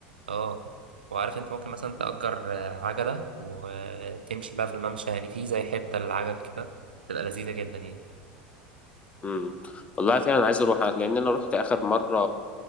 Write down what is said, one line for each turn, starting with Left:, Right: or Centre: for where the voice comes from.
Right: اه وعارف انت ممكن مثلا تأجر آه، عجلة وتمشي بقى في الممشى يعني في زي حتة للعجل كده تبقى لذيذة جدا يعني
Left: امم والله فعلا عايز اروح لان انا رحت اخر مره